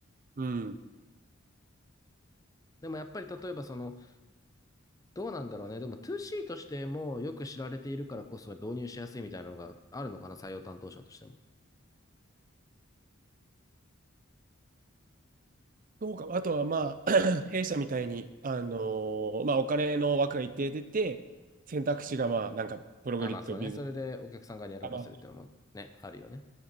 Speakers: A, on the right; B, on the left.
A: うん。
B: でもやっぱり例えばその、どうなんだろうね。でも 2C としてもよく知られているからこそ導入しやすいみたいなのがあるのかな、採用担当者としても。
A: そうか。あとはまあ、<clears throat> 弊社みたいに、あのーまあお金の枠が一定出て、選択肢がまあ、なんか、プログリッド、
B: あ、まあそうね。
A: ビズ、
B: それでお客さん側に選ばせるっていうのもね、
A: あまあ
B: あるよね。